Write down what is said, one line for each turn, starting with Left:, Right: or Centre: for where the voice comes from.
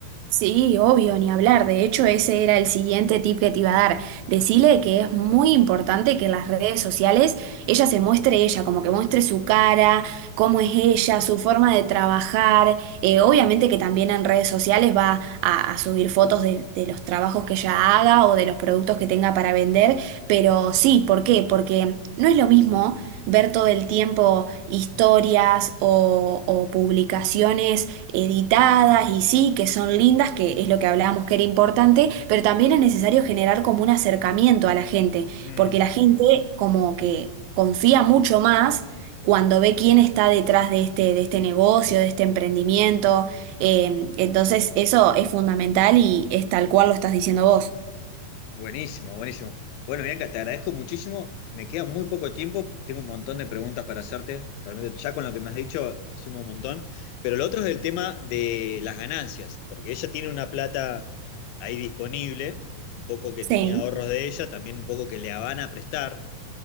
Right: Sí, obvio, ni hablar. De hecho, ese era el siguiente tip que te iba a dar. Decile que es muy importante que en las redes sociales ella se muestre ella, como que muestre su cara, cómo es ella, su forma de trabajar. Eh, obviamente que también en redes sociales va a, a subir fotos de, de los trabajos que ella haga o de los productos que tenga para vender, pero sí, ¿por qué? Porque no es lo mismo ver todo el tiempo historias o o publicaciones editadas y sí, que son lindas, que es lo que hablábamos que era importante, pero también es necesario generar como un acercamiento a la gente,
Left: Mm,
Right: porque la gente como que confía mucho más cuando ve quién está detrás de este, de este negocio, de este emprendimiento. Eh, entonces eso es fundamental y es tal cual lo estás diciendo vos.
Left: Buenísimo, buenísimo. Bueno, Bianca, te agradezco muchísimo. Me queda muy poco tiempo. Tengo un montón de preguntas para hacerte. Realmente ya con lo que me has dicho sumo un montón. Pero lo otro es el tema de las ganancias, porque ella tiene una plata ahí disponible, un poco que
Right: Sí,
Left: tenía ahorros de ella, también un poco que le van a prestar.